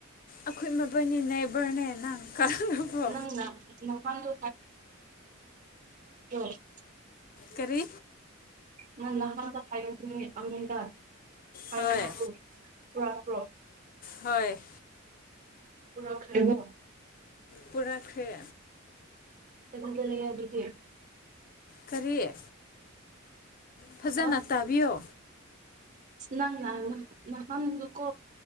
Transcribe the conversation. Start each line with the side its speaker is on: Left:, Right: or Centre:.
Left: ꯑꯈꯣꯏ ꯃꯕꯥꯅꯤ ꯅꯥꯏꯕꯔꯅꯦ ꯅꯪ ꯀꯥꯎꯔꯕꯣ
Right: ꯅꯪꯅ ꯅꯨꯐꯥꯡꯗꯣ <unintelligible>
Left: ꯀꯔꯤ
Right: ꯅꯪ ꯅꯍꯥꯟꯗ ꯐꯥꯏꯒꯟꯕꯅꯤꯅꯦ ꯑꯝꯗ ꯍꯥꯏꯔꯥ
Left: ꯍꯣꯏ
Right: ꯊꯣ ꯄꯨꯔꯛ ꯄ꯭ꯔꯣ
Left: ꯍꯣꯏ
Right: ꯄꯨꯔꯛꯈ꯭ꯔꯦꯕꯣ
Left: ꯄꯨꯔꯛꯈ꯭ꯔꯦ
Right: ꯁꯦ ꯅꯪꯒꯤꯗ ꯂꯩꯌꯦ ꯑꯗꯨꯗꯤ
Left: ꯀꯔꯤ ꯐꯖꯅ
Right: ꯑꯁ
Left: ꯇꯥꯕꯤꯌꯣ
Right: ꯅꯪꯅ ꯅ ꯅꯍꯥꯟꯗꯣꯀꯣ